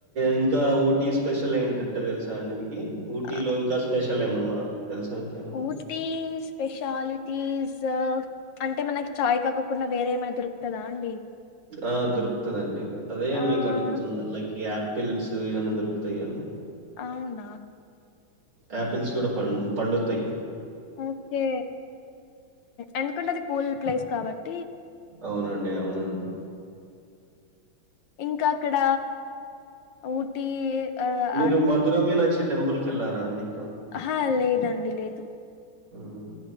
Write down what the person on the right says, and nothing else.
ఇంకా ఓటీస్ స్పెషల్ ఏంటే తెలుసా అండి మీకు ఊటీలో
ఇంకా స్పెషల్ ఏమన్నా తెలుసాకేమన్నా
ఆ దొరుకుతుదండి అదే
మీకు అడుగుతున్నా లక్ యాప్ పిల్స్ ఇవన్నీ దొరుకుతాయివన్నీ
ఆపిల్స్ కూడ పం పండుతాయి్
అవునండి అవునండి
మీరు మధురమీనాక్షి టెంపుల్ కెళ్లారాండి
ఉమ్